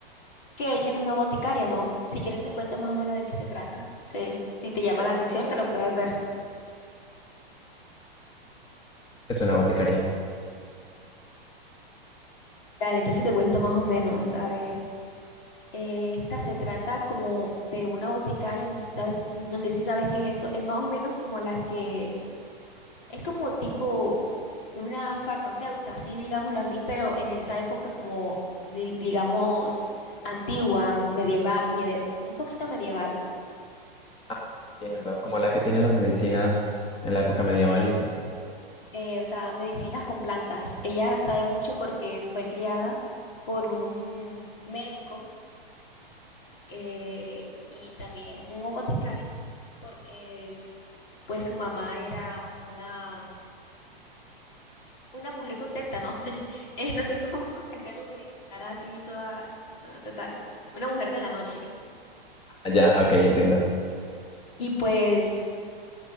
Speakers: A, on the left; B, on the left.
A: que ella es una boticaria, ¿no? Si quieres te cuento más o menos de qué se trata. Se- si te llama
B: Una boticaria.
A: la atención, te lo puedes ver.
B: ¿Qué Es una boticaria.
A: Dale, entonces te cuento más o menos. A ver, eh, esta se trata como de una boticaria, no sé si sabes, no sé si sabes qué es eso, es más o menos como las que Es como tipo una farmacéutica, sí, digámoslo así, pero en esa época como, di- digamos, antigua, medieval, mede- un poquito medieval.
B: Ah, entiendo. Como la que tiene las medicinas en la época medieval
A: eh,
B: y eso.
A: eh, o sea, medicinas con plantas. Ella sabe mucho porque fue criada por un médico eh, y también un boticario, porque es- pues su mamá era una una mujer contenta, ¿no? <laughs> Eh, no sé cómo <laughs> hacerlo sin estar así toda, bueno, total, una mujer de la noche.
B: Ah, ya, ok, entiendo.
A: Y pues